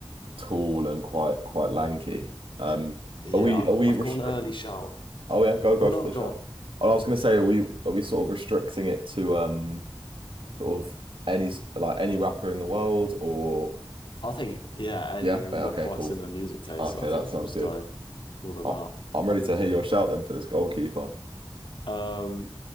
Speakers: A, on the right; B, on the left.
A: tall and quite quite lanky. Um,
B: yeah.
A: are we are we
B: I've
A: restrict?
B: got an early shout.
A: Oh yeah, go go
B: Oh no,
A: for the
B: go
A: shot.
B: on.
A: And I was gonna say, are we are we sort of restricting it to um sort of any s- like any rapper in the world or
B: I think, yeah, any,
A: yeah?
B: I mean,
A: Yeah,
B: we've got
A: Okay,
B: quite
A: cool.
B: similar music tastes,
A: Okay,
B: so I think
A: that
B: we
A: sounds
B: can just
A: good.
B: go pull them
A: I,
B: out.
A: I'm ready to hear your shout then for this goalkeeper.
B: Um,